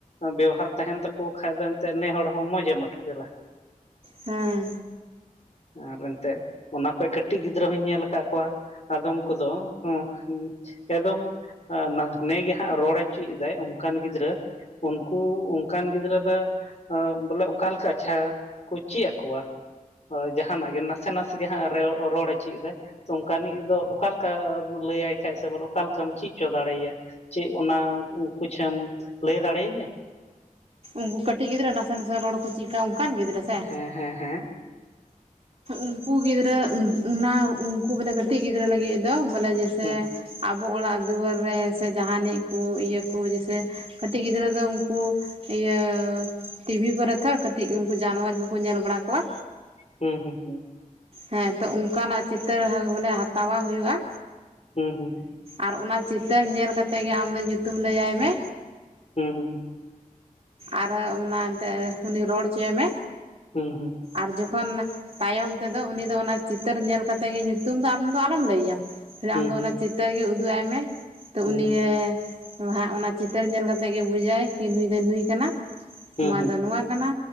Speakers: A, on the left; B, on the right.
A: ᱵᱮᱣᱦᱟᱨ ᱛᱟᱦᱮᱸᱱ ᱛᱟᱠᱚ ᱠᱷᱟᱡ ᱫᱚ ᱮᱱᱛᱮᱜ ᱱᱮ ᱦᱚᱲ ᱦᱚᱸ ᱢᱚᱡᱮᱢ ᱟᱴᱠᱟᱹᱨᱟ᱾
B: ᱦᱮᱸ
A: ᱟᱨ ᱮᱱᱛᱮᱜ ᱚᱱᱟ ᱠᱷᱚᱡ ᱠᱟᱹᱴᱤᱡ ᱜᱤᱫᱽᱨᱟᱹ ᱦᱚᱧ ᱧᱮᱞ ᱟᱠᱟᱫ ᱠᱚᱣᱟ᱾ ᱟᱫᱚᱢ ᱠᱚᱫᱚ ᱦᱩᱸ ᱦᱩᱸ ᱮᱫᱚᱢ᱾ <inaudible> ᱱᱮ ᱜᱮ ᱦᱟᱸᱜ ᱨᱚᱲ ᱚᱪᱚ ᱪᱮᱫ ᱫᱟᱭ ᱚᱱᱠᱟᱱ ᱜᱤᱫᱽᱨᱟᱹᱼᱼ ᱩᱱᱠᱩ ᱚᱱᱠᱟᱱ ᱜᱤᱫᱽᱨᱟᱹ ᱫᱚ ᱵᱚᱞᱮ ᱚᱠᱟ ᱞᱮᱠᱟ ᱪᱷᱟ ᱠᱩ ᱪᱮᱫ ᱟᱠᱚᱣᱟ? ᱡᱟᱦᱟᱱᱟᱜ ᱜᱮ ᱱᱟᱥᱮ ᱱᱟᱥᱮ ᱜᱮ ᱦᱟᱸᱜ ᱨᱚ ᱨᱚᱲᱮ ᱪᱮᱫ ᱮᱫᱟ, ᱚᱱᱠᱟᱱᱤᱡ ᱫᱚ ᱚᱠᱟ ᱞᱮᱠᱟᱢ ᱞᱟᱹᱭᱟᱭ ᱠᱷᱟᱡ ᱥᱮ ᱵᱚᱞᱮ ᱚᱠᱟ ᱞᱮᱠᱟᱢ ᱪᱤᱫ ᱚᱪᱚ ᱫᱟᱲᱮᱭᱟᱭᱟ? ᱪᱮᱫ ᱚᱱᱟ ᱠᱩᱪᱷᱮᱢ ᱞᱟᱹᱭ ᱫᱟᱲᱮᱭᱟᱹᱧᱟ?
B: ᱩᱱᱠᱩ ᱠᱟᱹᱴᱤᱡ ᱜᱤᱫᱽᱨᱟᱹ ᱱᱟᱥᱮ ᱱᱟᱥᱮ ᱨᱚᱲ ᱠᱚ ᱪᱤᱫ ᱠᱟᱜ ᱚᱱᱠᱟᱱ ᱜᱤᱫᱽᱨᱟᱹ ᱥᱮᱼᱼ
A: ᱮᱸ ᱦᱮᱸ ᱦᱮᱸᱼᱼ
B: ᱩᱱᱠᱩ ᱜᱤᱫᱽᱨᱟᱹ ᱚᱱᱟ ᱩᱱᱠᱩ ᱵᱚᱞᱮ ᱠᱟᱹᱴᱤᱡ ᱜᱤᱫᱽᱨᱟᱹ ᱞᱟᱹᱜᱤᱫ ᱫᱚ ᱵᱚᱞᱮ ᱡᱮᱥᱮᱼᱼ
A: ᱦᱩᱸ
B: ᱟᱵᱚ ᱚᱲᱟᱜ ᱫᱩᱣᱟᱹᱨ ᱨᱮ ᱥᱮ ᱡᱟᱦᱟᱱᱤᱡ ᱠᱚ ᱤᱭᱟᱹ ᱠᱚ ᱡᱮᱥᱮᱼᱼ ᱠᱟᱹᱴᱤᱡ ᱜᱤᱫᱽᱨᱟᱹ ᱫᱚ ᱩᱱᱠᱩ ᱤᱭᱟᱹᱼᱼ ᱴᱤᱵᱷᱤ ᱠᱚᱨᱮ ᱛᱷᱚ ᱠᱟᱹᱴᱤᱡ ᱩᱱᱠᱩ ᱡᱟᱱᱣᱟᱨ ᱠᱚᱠᱚ ᱧᱮᱞ ᱵᱟᱲᱟ ᱠᱚᱣᱟ᱾
A: ᱦᱩᱸ ᱦᱩᱸ ᱦᱩᱸ
B: ᱦᱮᱸ ᱛᱚ ᱚᱱᱠᱟᱱᱟᱜ ᱪᱤᱛᱟᱹᱨ ᱵᱚᱞᱮ ᱦᱟᱛᱟᱣᱟ ᱦᱩᱭᱩᱜ-ᱟ᱾
A: ᱦᱩᱸ ᱦᱩᱸ
B: ᱟᱨ ᱚᱱᱟ ᱪᱤᱛᱟᱹᱨ ᱧᱮᱞ ᱠᱟᱛᱮᱫ ᱜᱮ ᱟᱢᱫᱚ ᱧᱩᱛᱩᱢ ᱞᱟᱹᱭᱟᱭ ᱢᱮ᱾
A: ᱦᱩᱸ ᱦᱩᱸ
B: ᱟᱨ ᱚᱱᱟ ᱛᱮ ᱩᱱᱤ ᱨᱚᱲ ᱚᱪᱚᱭᱮᱢᱮ᱾
A: ᱦᱩᱸ ᱦᱩᱸ
B: ᱟᱨ ᱡᱚᱠᱷᱚᱱ ᱛᱟᱭᱚᱢ ᱛᱮᱫᱚ ᱩᱱᱤ ᱫᱚ ᱚᱱᱟ ᱪᱤᱛᱟᱹᱨ ᱧᱮᱞ ᱠᱟᱛᱮ ᱜᱮ ᱧᱩᱛᱩᱢ ᱫᱚ ᱟᱢ ᱫᱚ ᱟᱞᱚᱢ ᱞᱟᱹᱭᱮᱭᱟ᱾ ᱠᱷᱟᱞᱤ
A: ᱦᱩᱸ
B: ᱟᱢᱫᱚ
A: ᱦᱩᱸ ᱦᱩᱸ
B: ᱚᱱᱟ ᱪᱤᱛᱟᱹᱨ ᱜᱮ ᱩᱫᱩᱜ ᱟᱭ ᱢᱮ ᱛᱚ
A: ᱦᱩᱸ
B: ᱩᱱᱤ ᱭᱮ ᱦᱟᱸᱜ ᱚᱱᱟ ᱪᱤᱛᱟᱹᱨ ᱧᱮᱞ ᱠᱟᱛᱮ ᱜᱮ ᱵᱩᱡᱟᱭ ᱱᱩᱭ ᱫᱚ ᱱᱩᱭ ᱠᱟᱱᱟ,
A: ᱦᱩᱸ
B: ᱱᱚᱣᱟ
A: ᱦᱩᱸ
B: ᱫᱚ ᱱᱚᱣᱟ ᱠᱟᱱᱟ᱾